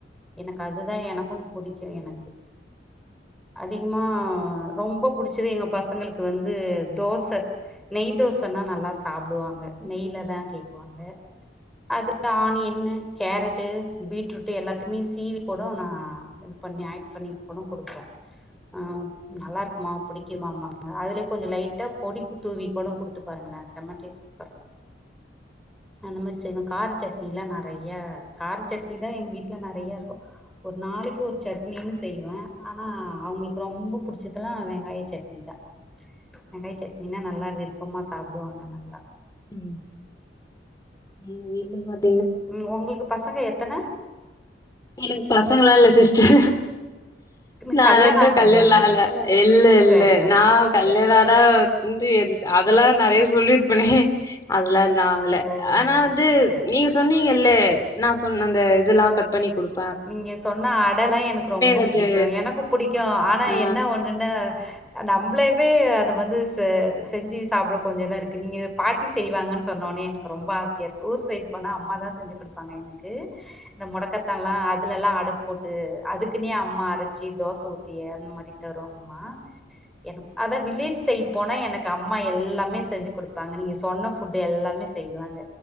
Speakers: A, in the centre; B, on the left.
A: எனக்கு அதுதா எனக்கும் புடிக் கு எனக்கு அதிகமா ரொம்ப புடிச்சது எங்க பசங்களுக்கு வந்து தோச, நெய் தோசன்னா நல்லா சாப்புடுவாங்க நெய்ல தா கேக்குவாங்க அதுக்கு ஆனியன்னு, கேரட் ட்டு பீட்ரூட்டு எல்லாத்தையுமே சீவி கூடோ நா இது பண்ணி ஆட் பண்ணி கூடோ குடுப்ப ஆ நல்லாருக்குமா புடிக்கிமாம்மா அதுலே கொஞ்சம் லைட்டா பொடிக்கு தூவி கூட குடுத்து பாருங்களேன் செமட்டேஸ் ர்க்கும் அந்த மாரி செய்வேன் கார சட்னிலாம் நறைய கார சட்னி தான் எங்க வீட்ல நறையா இருக்கும் ஒரு நாளைக்கு ஒரு சட்னி னு ஸ் செய்வேன் ஆனா அவங்களுக்கு ரொம்ப புடிச்சதெல்லா வெங்காய சட்னிதா வெங்காயசட்னினா நல்லா விருப்பமா சாப்புடுவாங்கன்னா <unintelligible>
B: ம் நீ வீட்ல பாத்
A: ம் உங்களுக்கு பசங்க எத்தன
B: எனக்கு பசங்களா இல்ல சிஸ்டர்
A: இன்னு
B: நா
A: கல்யாணோ
B: வந்து
A: ஆகலையா
B: கல்யல்லால இல்ல இல்ல
A: சரிப்பா
B: நா
A: சரிப்பா
B: கல்யாணாதா இந்த இயருண்டு அதல்லா நறையா சொல்லிர்பனே அதெல்லா நாவல
A: ஓ
B: ஆனா வந்து
A: சரிடா
B: நீங்க
A: சரிடா
B: சொன்னீங்கல்ல நா சொன்ன அந்த இதல்லா கட் பண்ணி குடுக்
A: நீங்க சொன்ன அடலா எனக்கு ரொம்ப
B: வந்து
A: புடிக்கு எனக்கு புடிக்கு ஆனா
B: ஆ
A: என்ன ஒண்ணுன்னா அ நம்ளேவே அத வந்து ச செஞ்சு சாப்புட கொஞ்ச இதா இருக்கு நீங்க பாட்டி செய்வாங்கன்னு சொன்னோனே எனக்கு ரொம்ப ஆசையா இருக்கு ஊர் சைட் போனா அம்மா தான் செஞ்சு குடுப்பாங்க எனக்கு இந்த மொடக்கத்தா அதுலல்லா அட போட்டு அதுக்குனே அம் மறச்சி தோச ஊத்தி அந்த மாரி தரோம்மா எனக் அத்தா வில்லேஜ் சைட் போனா எனக்கு அம்மா எல்லா மே செஞ்சு குடுப்பாங்க நீங்க சொன்ன ஃபுட் எல்லாமே செய்வாங்க